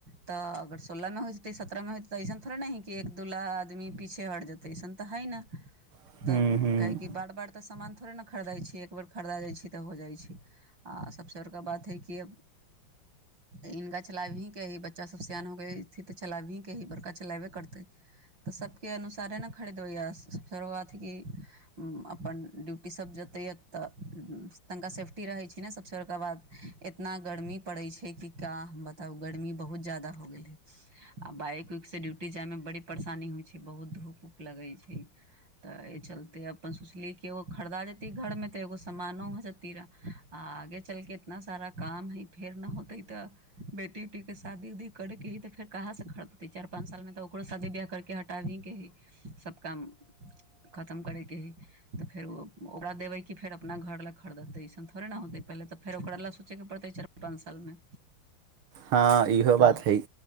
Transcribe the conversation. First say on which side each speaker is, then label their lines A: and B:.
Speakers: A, on the right; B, on the right.
A: तऽ अगर सोलह मे हो जेते सत्रह मे होते ऐसन थोड़ा ने ह एक दू आदमी पीछे हर जेते सन तऽ है न
B: ह्म
A: तब
B: ह्म
A: काह बार बार तऽ सान थोड़े ने खरीदै छीयै एक बेर खरीदा जाइ छी तऽ हो जाइ छै आ सभसँ बड़का बात हइ कि इनका छलाब ही के ही बच्चा सब सियान हो ग स्थित त छलाब ही के ही बड़का चलाबे करत तऽ सबके अनुसारे ने खरीदब य फेरो अथ क अपन ड्यूटीसभ जोतैए तऽ तनिका सेफ्टी रहै छै ने सभसँ बड़का बाद इतना गर्मी पड़ैत छै कि का बताउ गर्मी बहुत जादा हो गेल है आ बाइक उइकसँ ड्यूटी जायमे बड़ी परेशानी होइ छै बहुत धूप उप लगै छै तऽ एहि चलते अपन सोचली कि एगो खरीदा जेती घर मे तऽ एगो सामानो भए जेत तीरा आ आगे चलके इतना सारा काम हइ फेर न होतै तऽ ब बेटी उटी के शादी उदी करेके ही त फेर कहाँ से खरदतै चार पाँच साल मे तऽ ओकरो शा दी बिआाह करके हटाबीकके हइ सब काम खतम करैके हइ तऽ फेर ओ ओकरा देबै कि फेर अपना घर लए खरीदतै अइसन थोड़े ने होतै पहिले तऽ फेर ओकरा लेल सोचयके पड़तै च पाँच सालमे
B: हँ इहो
A: तऽ
B: बात हैइ